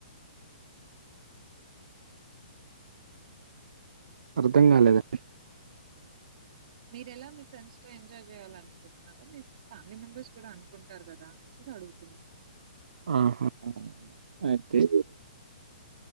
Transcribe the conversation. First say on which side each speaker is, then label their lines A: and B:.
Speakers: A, on the right; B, on the right.
A: అర్థం కాలేదండి
B: మీరెలా మీ ఫ్రెండ్స్ తో ఎంజాయ్ చేయాల నుకుంటున్నారొ మీ ఫ్యామిలీ మెంబర్స్ కూడా అనుకుంటారు కదా సొసో అడుగుతున్నాన్
A: ఆహా అది